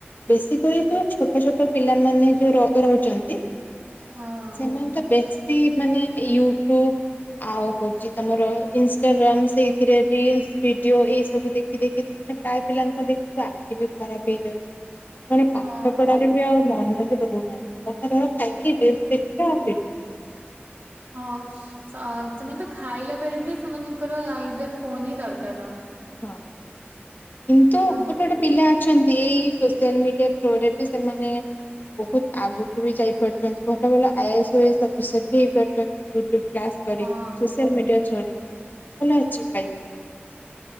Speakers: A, on the left (about 50°); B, on the right (about 55°).
A: ବେଶୀ କରିକି ଛୋଟ ଛୋଟ ପିଲାମାନେ ଯୋଉ ର ରହୁଚନ୍ତି ହଁ
B: ହଁ
A: ସେମାନେ ତ ବେଶୀ ମାନେ ୟୁଟୁବ୍ ଆଉ ହଉଚି ତମର ଇନଷ୍ଟାଗ୍ରାମ୍ ସେଇଥିରେ ରିଲ୍ସ ଭିଡିଓ ଏଇ ସବୁ ଦେଖି ଦେଖି ମାନେ ପ୍ରାୟ ପିଲାଙ୍କୁ ଦେଖିଥିବେ ଆଖି ବି ଖରାପ ହେଇଯାଉଚି ସେମାନେ ପାଠ
B: ହଁ
A: ପଢା ରେ ବି ଆଉ ମନ ବି ଦଉନାହାନ୍ତି କଥା କଣ ଖାଲି ରିଲ୍ସ ଦେଖିବେ ଆଉ ଭିଡିଓ। ଦେଖିବେ।
B: ହଁ ସ ସେମାନେ ତ ଖାଇଲା ବେଳେ ବି ସେମାନଙ୍କର ଆଇଦର୍ ଫୋନ ହିଁ ଦରକାର ତାଙ୍କୁ।
A: ହଁ କିନ୍ତୁ
B: ତାଙ୍କୁ
A: ଗୋଟେ ଗୋଟେ ପିଲା ଅଛନ୍ତି ଏଇ ସୋସିଆଲ ମିଡିଆ ଥ୍ରୋ ରେ ବି ସେମାନେ ବୋହୁତ ଆଗୁକୁ ବି ଯାଇପାରୁଛନ୍ତି ଭଲ ଭଲ I A S O A S officer ବି ହେଇପାରୁଛନ୍ତି। ଟୁବ୍ କ୍ଲାସ୍ କରି
B: ହଁ
A: ସୋଆଲମିଡିଆ ଥ୍ରୋରେ ବି ସେମାନେ ଭଲ ଆଚିଭ୍ ପାଇଚ